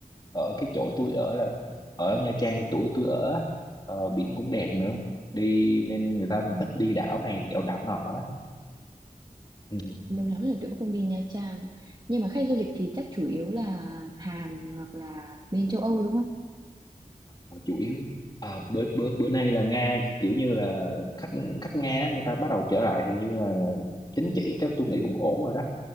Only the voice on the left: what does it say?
ở cái chỗ tôi ở là ở Nha Trang tuổi tôi ở á, ờ, biển cũng đẹp nữa đi nên người ta cũng
thích đi đảo này đèo đảo nọ đó Ừ.
Ờ, chủ yếu Ờ, bữa bữa bữa nay là Nga thì kiểu như là khách khách Nga á, người ta bắt đầu trở lại hình như là chính trị chắc tôi nghĩ cũng ổn rồi đó